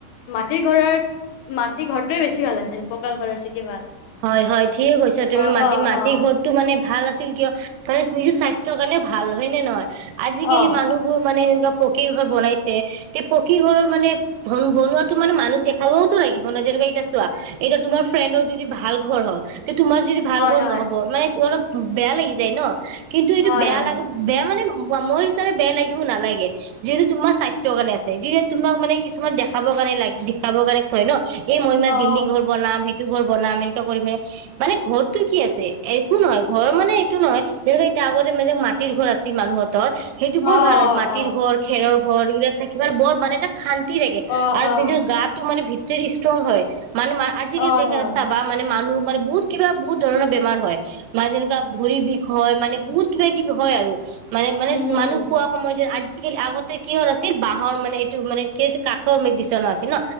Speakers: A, on the left; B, on the right.
A: মাটিৰ ঘৰত মাটিৰ ঘৰটোৱে বেছি ভাল আছিল পকা ঘৰৰ চিকে ভাল
B: হয় হয় ঠিকে কৈছা তুমি
A: অ
B: মাটি
A: অ
B: মাটি
A: অ
B: ঘৰটো মানে ভাল আছি আছিল কিয় মানে নিজৰ স্বাস্থ্যৰ কাৰণেও ভাল হয় নে নহয় আজিকালি
A: অ
B: মানুহবোৰ মানে এনুকা পকী ঘৰ বনাইছে তে পকী ঘৰৰ মানে বনোৱাটো মানে মানুহক দেখাবওতো লাগিব নয় যেনেকুৱা এতিয়া চোৱা এতিয়া তোমাৰ ফ্ৰেণ্ডৰ যদি ভাল ঘৰ হ তোমাৰ যদি ভাল
A: হয়
B: ঘৰ
A: হয়
B: নহ'ব মানে তোমালো বেয়া লাগি যায় ন কিন্তু এইটো
A: হয়
B: বেয়া
A: হয়
B: লাগো বেয়া মানে ব মোৰ হিচাপে বেয়া লাগিব নালাগে যিহেতু তোমাৰ স্বাস্থ্যৰ কাৰণে আছে যি তোমাক মানে কিছুমান দেখাব কাৰণে লাগে দেখাবৰ কাৰণে থয় ন এ মই ইমান
A: অ
B: বিল্ডিং
A: অ
B: ঘৰ বনাম হে তো ঘৰ বনাম এনকে কৰিম মানে ঘৰতটো কি আছে একো নহয় ঘৰৰ মানে এইটো নহয় যেনেকুৱা এতিয়া আগতে মাটিৰ ঘৰ আছিল মানুহৰ তৰ সেইটো বৰ
A: অ অ
B: ভাল আ মাটিৰ
A: অ
B: ঘৰ খেৰৰ ঘৰ গিলা থাক কিবা বৰ মানে এটা শান্তি লাগে
A: অ অ
B: আৰু
A: অ
B: নিজৰ গাটো মানে ভিতৰ যে ইস্তংগ হয় মানুহ মা আজিকালি
A: হয়
B: দেখি ত
A: হয়
B: চাবা মানে মানুহ মানে বহুত কিবা বহুত ধৰণৰ বেমাৰ হয় মা যেনেকুৱা ভৰি বিষ হয় মানে বহুত কিবা কিবি হয় আৰু মানে মানে
A: হম হম
B: মানুহ খোৱা সময়তে আজি থাকিল আগতে কিহৰ আছিল বাঁহৰ মানে এইটো মানে কি কাঠৰ বিচনা আছিল ন